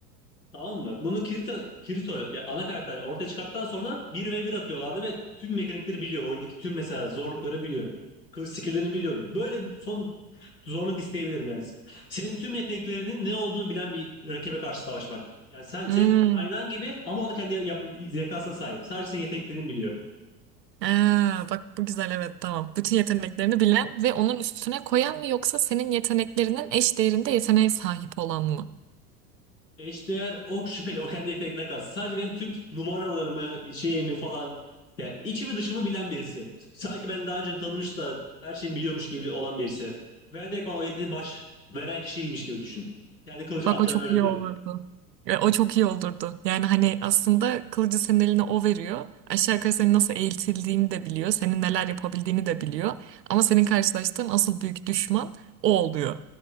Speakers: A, on the left (about 85°); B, on the right (about 80°).
A: Tamam mı? Bunu Kirito, Kirito ya ana karakter ortaya çıkarttıktan sonra bir ve bir atıyorlardı ve tüm mekanikleri biliyor. Oyundaki tüm mesela zorlukları biliyor. Kılıç skill'lerini biliyordum. Böyle son zorluk isteyebilirim yani. Senin tüm yeteneklerinin ne olduğunu bilen bir rakibe karşı savaşmak. Yani sen, senin
B: Hmm.
A: aynan gibi ama o da kendi yap, zekasına sahip. Sadece senin yeteneklerini biliyor.
B: Aa, bak bu güzel evet tamam. Bütün yeteneklerini bilen ve onun üstüne koyan mı yoksa senin yeteneklerinin eş değerinde yeteneğe sahip olan mı?
A: Eşdeğer o şüpheli o kendi yeteneklerine kalsın. Sadece benim tüm numaralarımı şeyimi falan yani içimi dışımı bilen birisi. Sanki ben daha önce tanımış da her şeyi biliyormuş gibi olan birisi. Veya direkt bana o yeteneği baş veren kişiymiş gibi düşün. Kendi kılıcı
B: Bak
A: antrenörün
B: o çok iyi
A: gibi.
B: olurdu. E, O çok iyi olurdu. Yani hani aslında kılıcı senin eline o veriyor. Aşağı yukarı senin nasıl eğitildiğini de biliyor. Senin neler yapabildiğini de biliyor. Ama senin karşılaştığın asıl büyük düşman o oluyor.